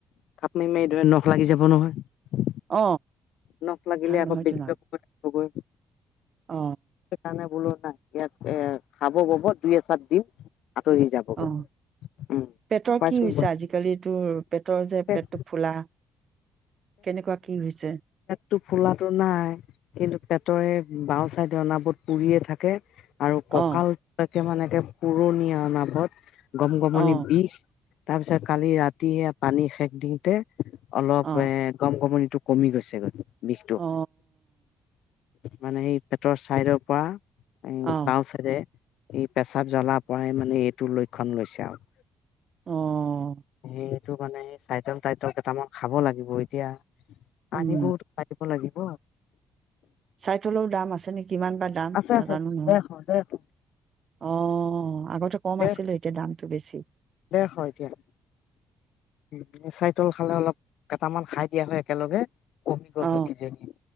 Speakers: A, on the left (about 80°); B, on the right (about 50°).
A: খাপ মাৰি মাৰি ধৰে, নখ লাগি যাব নহয়।
B: অ
A: নখ লাগিলে
B: ভাল
A: আকৌ
B: নহয়
A: বেজি
B: তো না
A: লব লগে খবৈ।
B: অ
A: সেই কানে বুলো ইয়াত এ, খাব বব, দুই-এচাত দিম। আঁতৰি যাবগৈ
B: অ',
A: উম
B: পেটৰ
A: খোৱাইচোন
B: কি হৈছে
A: খোৱাই
B: আজিকালিটোৰ পেটৰ যে
A: পেট
B: পেটটো ফুলা, কেনেকুৱা কি হৈছে?
A: টো ফুলাটো নাই, কিন পেটৰ এই বাও চাইদ অনাবত পুৰিয়ে থাকে। আৰু
B: অ
A: ককাল <unintelligible> পুৰণীয়া নাভত গম-গমনি
B: অ
A: বিষ। তাৰ পিছত কালি ৰাতি এইয়া পানী সেক দিওতে অলপ
B: অ
A: এ, গম-গমনি টো কমি গৈছে। সেইকাৰণে বিষটো।
B: অ
A: মানে সেই পেটৰ চাইডৰ পৰা। এই
B: অ
A: বাওঁ চাইডে এই পেছাব জ্বলা-পৰাই মানে এইটো লক্ষণ লৈছে আৰু
B: অহ'।
A: সেইটো মানে চাইটন-কাঁইটল কেইটামান খাব লাগিব এতিয়া। লাগিবই
B: উম
A: অ' লাগিব।
B: চাইতোল'ৰ দাম আছে নেকি? কিমান বা দাম
A: আছে
B: নাজানোঁ
A: আছে
B: নহয়।
A: ডেৰশ ডেৰশ
B: অ' আগতে কম
A: ডেৰ
B: আছিলে, এতিয়া দামটো বেছি। উম।
A: ডেৰশ এতিয়া। চাই তল খালে অলপ। কেটামান খাই দিয়া হয় একেলগে। কমি গ'ল
B: অ
A: হয় কিজানি।